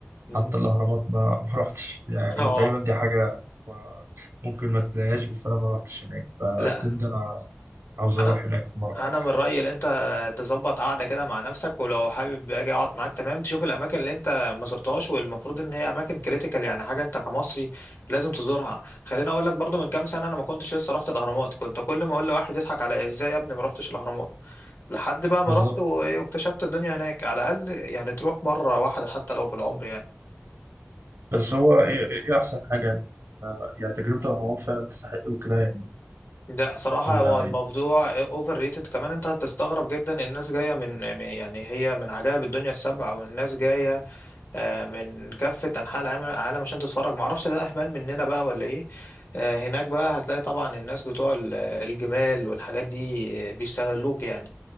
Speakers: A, on the left (about 65°); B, on the right (about 85°).
A: مم.
B: حتى الاهرامات ما <laughs> ما رحتش يعني
A: اه
B: تقريبا دي حاجه ما- ممكن ما تلاقيهاش بس انا ما رحتش هناك فبجد
A: لا
B: انا عاوز
A: أنا
B: اروح هناك في مره
A: انا
B: ولا
A: من
B: حاجه
A: رايي ان انت تظبط قعده كده مع نفسك ولو حابب اجي اقعد معاك تمام تشوف الاماكن اللي انت ما زرتهاش والمفروض ان هي اماكن كريتيكال يعني حاجه انت كمصري لازم تزورها خليني اقول لك برضو من كام سنه انا ما كنتش لسه رحت الاهرامات كنت كل ما اقول لواحد يضحك على ازاي يا ابني ما رحتش الاهرامات لحد بقى ما
B: بالظبط
A: رحت و- واكتشفت الدنيا هناك على الاقل يعني تروح مره واحده حتى لو في العمر يعني
B: بس هو ايه إيه احسن حاجه يعني آه، يعني تجربه الاهرامات فعلا تستحق وكده يعني
A: ده صراحة
B: الله
A: هو الموضوع اوفر ريتد كمان انت هتستغرب جدا الناس جاية من من- يعني هي من عجائب الدنيا السبع والناس جاية آه، من كافة أنحاء العالم العالم عشان تتفرج معرفش ده أهمال مننا بقى ولا إيه آه، هناك بقى هتلاقي طبعا الناس بتوع ال- الجمال والحاجات دي آه، بيستغلوك يعني